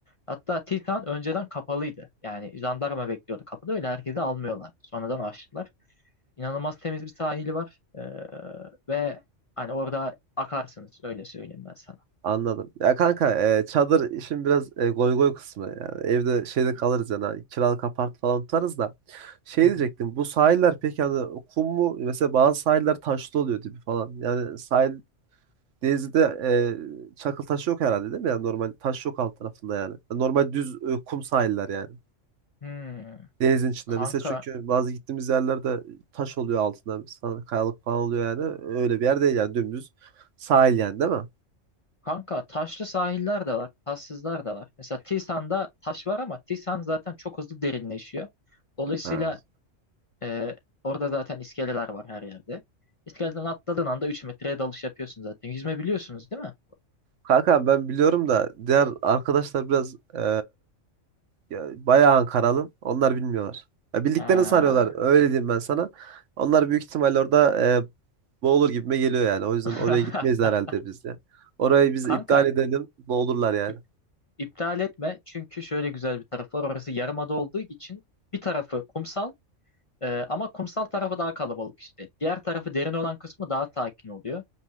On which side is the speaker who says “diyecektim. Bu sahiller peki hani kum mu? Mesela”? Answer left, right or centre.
Right